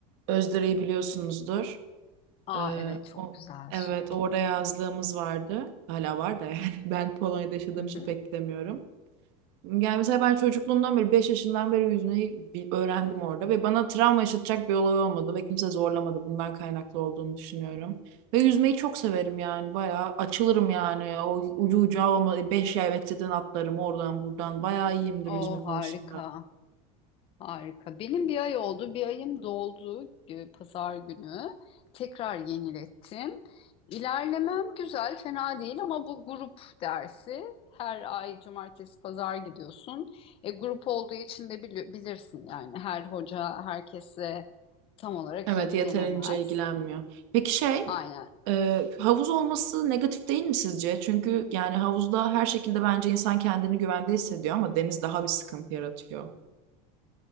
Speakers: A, on the right; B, on the left.
A: Özdere'yi biliyorsunuzdur.
B: Aa
A: Ee,
B: evet çok
A: o,
B: güzel
A: evet
B: suyu.
A: orada yazlığımız vardı. Hala var da yani <laughs> ben Polonya'da yaşadığım
B: Hı hı.
A: için pek gidemiyorum. Yani mesela ben çocukluğumdan beri 5 yaşından beri yüzmeyi bi- öğrendim orada ve bana travma yaşatacak bir olay olmadı ve kimse zorlamadı bundan kaynaklı olduğunu düşünüyorum. Ve yüzmeyi çok severim yani bayağı açılırım yani o ucu ucağı olma 5 yay metreden atlarım oradan buradan bayağı iyiyimdir
B: Oo
A: yüzme konusunda.
B: harika. Harika. Benim bir ay oldu. Bir ayım doldu e, pazar günü. Tekrar yenilettim. İlerlemem güzel, fena değil ama bu grup dersi. Her ay cumartesi pazar gidiyorsun. E, grup olduğu için de bili- bilirsin yani her hoca herkese tam olarak
A: Evet
B: ilgilenemez.
A: yeterince ilgilenmiyor. Peki şey
B: Aynen.
A: e, havuz olması negatif değil mi sizce? Çünkü yani havuzda her şekilde bence insan kendini güvende hissediyor ama deniz daha bir sıkıntı yaratıyor.